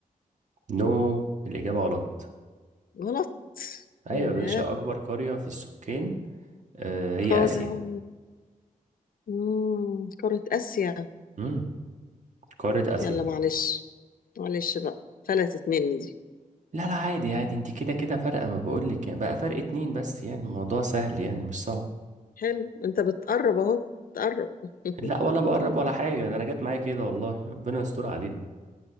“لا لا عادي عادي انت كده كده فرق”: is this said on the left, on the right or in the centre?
Right